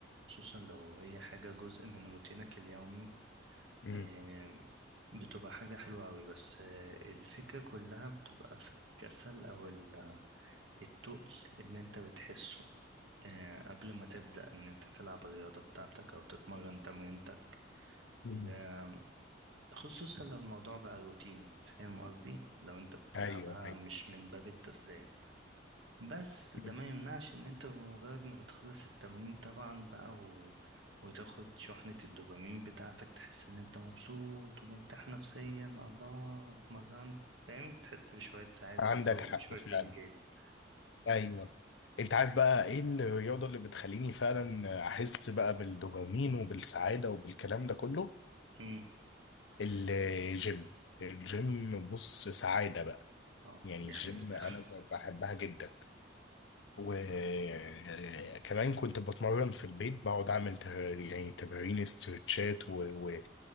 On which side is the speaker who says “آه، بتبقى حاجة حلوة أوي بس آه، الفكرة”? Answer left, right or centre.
Right